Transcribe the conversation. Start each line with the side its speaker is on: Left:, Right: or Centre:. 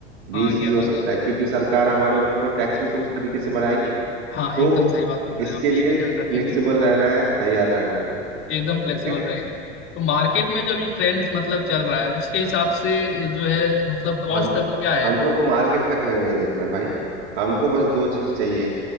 Left: हाँ
Right: बीस
Left: ग्यारह
Right: भी हो सकता
Left: भी
Right: है क्योंकि सरकार हमारे ऊपर टैक्स भी तो उस तरीके से बढ़ाएगी
Left: हाँ
Right: तो
Left: एकदम सही बात बोल
Right: इसके
Left: रहे हैं आप
Right: लिए
Left: ये भी ध्यान रखेंगे
Right: फ्लेक्सिबल रहना है तैयार रहना है
Left: एकदम फ्लेक्सिबल
Right: ठीक है
Left: रहेंगे तो मार्केट में जो अभी ट्रेंड मतलब चल रहा है उसके हिसाब से जो है मतलब कॉस्ट
Right: हम
Left: अभी क्या है
Right: हमको मार्केट का ट्रेंड नहीं देखना भाई हमको बस दो चीज चाहिए